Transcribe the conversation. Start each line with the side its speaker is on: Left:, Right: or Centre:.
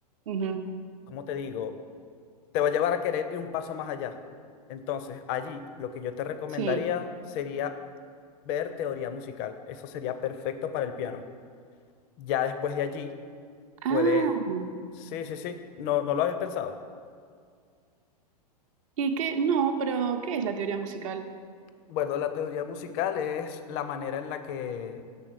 Right: ujú,
Left: ¿cómo te digo? Te va a llevar a querer ir un paso más allá. Entonces, allí lo que yo te recomendaría
Right: Sí.
Left: sería ver teoría musical. Eso sería perfecto para el piano. Ya después de allí
Right: Ah,
Left: Puedes. Sí, sí, sí. No, no lo habías pensado.
Right: ¿y qué? No, pero ¿qué es la teoría musical?
Left: Bueno, la teoría musical es la manera en la que